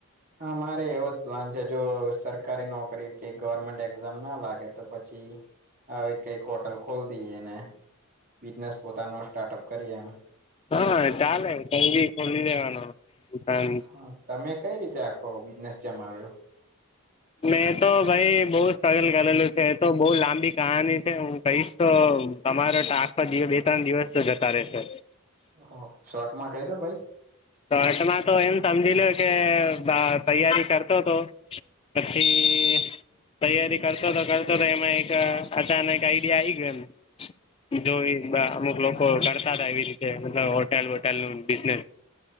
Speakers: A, on the right; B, on the left.
A: હા મારે એવો. પ્લાન છે જો સરકારી નોકરી કે ગવર્મેન્ટ એક્ઝામ ના લાગે તો પછી. હ કઈક હોટલ ખોલ દઈએ ને બિઝનેસ પોતાનો સ્ટાર્ટઅપ કરીએ એ
B: હા ચાલે તી ખોલી દેવાનું.
A: હા તમે કઈ રીતે આખો બિઝનેસ જમાવ્યો.
B: મેં તો ભાઈ બહુ સ્ટ્રગલ કરેલું છે એ તો બહુ લાંબી કહાની છે હું કહીશ. તો તમારો તો આખોમાં દિવસ બે ત્રણ દિવસ તો જતા રહેશે.
A: ઓ શોર્ટમાં ક ઈ દો ભાઈ
B: તો અટમાં તો એમ સમજી લો કે અ તૈયારી કરતો હતો. પછી. તૈયારી કરતો તો કરતો તો એમાં એક અચાનક એક આઈડિયા આઈ ગયો એમ જોવી અમુક લોકો કરતા હતા એવી રીતે મતલબ હોટેલ વોટેલ નું બિઝનેસ